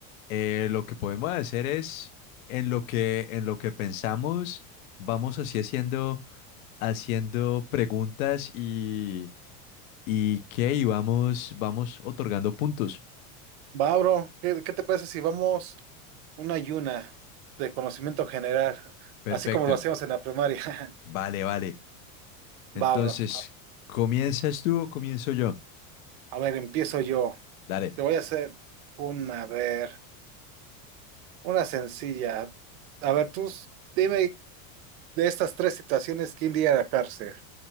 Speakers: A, on the left (about 80°); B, on the right (about 45°).
A: eh, lo que podemos hacer es, en lo que, en lo que pensamos, vamos así haciendo, haciendo preguntas y, y qué, y vamos, vamos otorgando puntos.
B: Va, bro, ¿qué, qué te parece si vamos una y una de conocimiento general,
A: Perfecto.
B: así como lo hacíamos en la primaria?
A: Vale, vale.
B: <laughs>
A: Entonces,
B: Va, bro. A
A: ¿comienzas tú o comienzo yo?
B: a ver, empiezo yo.
A: Dale.
B: Te voy a hacer una, a ver, una sencilla. A ver, tú s- dime de estas tres situaciones, ¿quién iría a la cárcel?